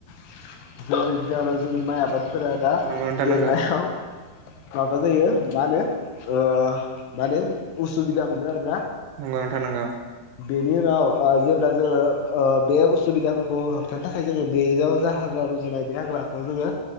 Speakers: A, on the left; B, on the right.
A: <inaudible> जाहोनाव जोंनि माइ आबाद फोरा दा
B: नंगौ नोंथां
A: देरनायाव
B: नंगौ
A: माबा जायो मा होनो ओ मा होनो उसुबिदा मोनो आरोना
B: नंगौ नोंथां नंगौ।
A: बेनि उनाव ओ जेब्ला जोङो बे उसुबिदाफोरखौ होबथानो थाखाय जोङो बेयाव जा हाग्रा <unintelligible> रुजुनाय बे हाग्राखौ जोङो